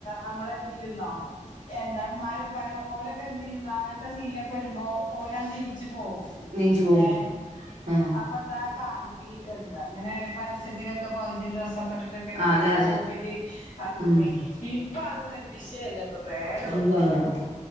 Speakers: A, on the left; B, on the right.
A: നമ്മള എന്ത് ചെയ്യുന്നോ എന്താ ഉമ്മാരെ ഉപ്പരെ ഓരൊക്കെ എന്ത് ചെയ്യുന്നു അങ്ങനത്തെ സീനൊക്കെ വരുമ്പോ ഓരാ അടിച്ചു പോവും
B: നീച്ചു പോവും
A: ഏ
B: ഉം
A: ഹപ്പൊ എന്താ എന്താ അങ്ങനെ പരസ്യത്തിലൊക്കെ പകുതി ഡ്രസ്സ് ഒക്കെ ണ്ടില്ല
B: അതെ
A: പരസ്യ
B: അതെ
A: സോപ്പിന്റെ അതി
B: ഉം
A: ഇപ്പൊ അതൊന്നും ഒരു വിഷയല്ല. ഇപ്പൊ പാഡ് വെക്കുന്നതും
B: ഇല്ല ഇല്ല